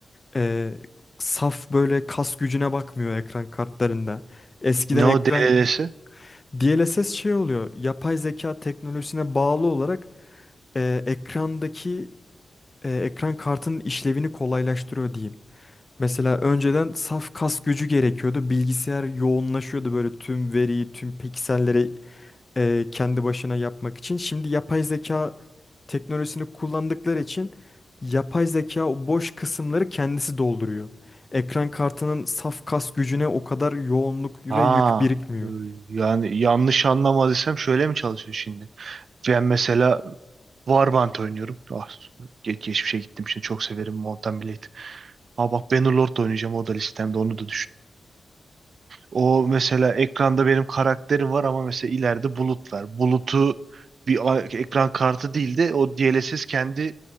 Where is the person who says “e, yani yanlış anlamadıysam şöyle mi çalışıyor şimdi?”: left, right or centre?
Right